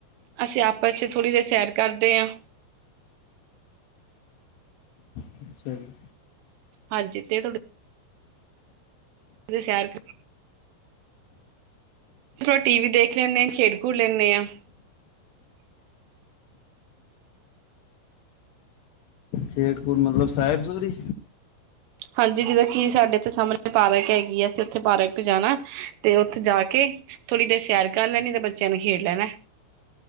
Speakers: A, on the right (about 80°); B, on the left (about 75°).
A: ਅਸੀ ਆਪਸ 'ਚ ਥੋੜੀ ਦੇਰ ਸੈਰ ਕਰਦੇ ਆਂ
B: ਅੱਛਾ ਜੀ
A: ਹਾਂਜੀ ਤੇ ਤੁਆ ਡੀ ਸੈਰ ਥੋੜਾ ਟੀਵੀ ਦੇਖ ਲੈਨੇ ਆਂ, ਖੇਡ-ਖੂਡ ਲੈਂਨੇ ਆਂ।
B: ਖੇਡ-ਖੂਡ ਮਤਲਬ ਸੈਰ-ਸੂਰ ਈ?
A: ਹਾਂਜੀ ਜਿਦੋਂ ਕਿ ਸਾਡੇ ਏੱਥੇ ਸਾਮਨੇ ਪਾਰਕ ਹੈਗੀ ਐ ਅਸੀ ਓਥੇ ਪਾਰਕ ਤੇ ਜਾਨਾ ਤੇ ਓਥੇ ਜਾ ਕੇ ਥੋੜੀ ਦੇਰ ਸੈਰ ਕਰ ਲੈਨੀ ਫੇਰ ਬੱਚਿਆਂ ਨੇ ਖੇਡ ਲੈਨੈ।